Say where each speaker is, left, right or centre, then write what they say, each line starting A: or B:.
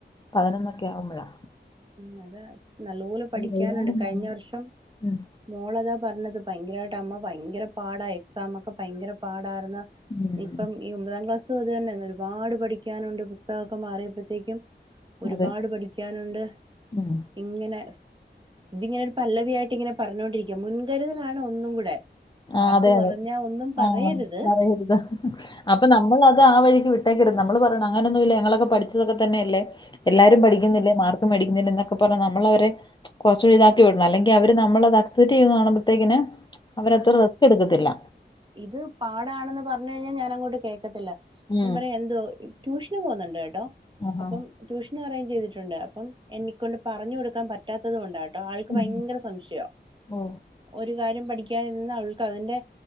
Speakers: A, on the left; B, on the right.
A: പതിനൊന്നൊക്കെ ആവുമ്പൊഴാ
B: ഉം അത് നല്ലപോലെ പഠിക്കാനുണ്ട്
A: എഴുതാനും
B: കഴിഞ്ഞ
A: വേണം
B: വർഷം
A: ഉം
B: മോളതാ പറഞ്ഞത് പയങ്കരായിട്ട് അമ്മാ പയങ്കര പാടാ എക്സാമൊക്കെ പയങ്കര പാടാരുന്ന്
A: ഉം
B: ഇപ്പം ഈ ഒമ്പതാം ക്ലാസുഅതുത്തന്നെ ഒരുപാട് പഠിക്കാനുണ്ട് പുസ്തകൊക്കെ മാറിയപ്പോത്തേക്കും ഒരുപാട്
A: അതെ
B: പഠിക്കാനുണ്ട്.
A: ഉം
B: ഇങ്ങനെ ഇതിങ്ങനെ ഒരു പല്ലവിയായിട്ട് ഇങ്ങനെ പറഞ്ഞോണ്ടിരി‌ക്കും മുൻകരുതലാണ് ഒന്നും കൂടെ മാർക്ക്
A: ആഹ് അതെ
B: കുറഞ്ഞാ
A: അതെ
B: ഒന്നും പറയരുത്
A: ആഹ് പറയരുത് അപ്പൊ നമ്മൾ അത് ആ വഴിക്ക് വി ത്തേക്കിടും നമ്മൾ പറയും അങ്ങനൊന്നും ഇല്ല ഞങ്ങളൊക്കെ പഠിച്ചതൊക്കെ തന്നെയല്ലേ എല്ലാരും പഠിക്കുന്നില്ലെ
B: ഉം
A: മാർ മേടിക്കുന്നില്ല എന്നൊക്കെ പറഞ് നമ്മള അവരെ കുറച്ചൂടി ഇതാക്കി വിടണം, അല്ലെങ്കി അവര്മ്മളത് അക്സെ്റ്റ് ചെയ്യുന്ന കാണുമ്പോഴത്തേക്കനും അവരത്ര
B: ആ
A: റെസ്റ്റ് എടുക്കത്തില്ല
B: ഇത് പാടാണെന്ന് പർഞ്ഞ് കഴ്ഞ്ഞാ ഞാൻ അങ്ങോട്ട് കേക്കത്തില്ല
A: ഉം
B: ഞാൻ പറയാ എന്തോ ട്യൂഷന് പോവ്ന്നുണ്ട്ട്ടോ
A: ആഹാ
B: അപ്പം ട്യൂഷന് അറേഞ്ച് ചെയ്തിട്ടുണ്ട് അപ്പം എന്നെക്കൊണ്ട് പറഞ്ഞു കൊടുക്കാൻ പറ്റാത്തത് കൊണ്ടാട്ടോ ആൾക്ക്
A: ഉം
B: ഭയങ്കര സംശയോ
A: ഓ
B: ഒരു കാര്യം പഠിക്കാൻ ഇരുന്ന ആൾക്ക് അയിന്റെ